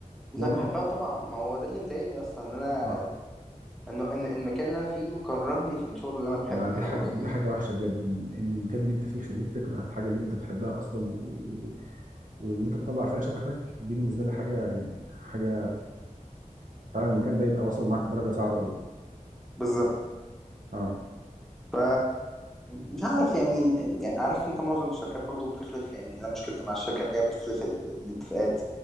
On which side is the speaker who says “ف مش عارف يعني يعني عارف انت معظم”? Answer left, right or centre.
Centre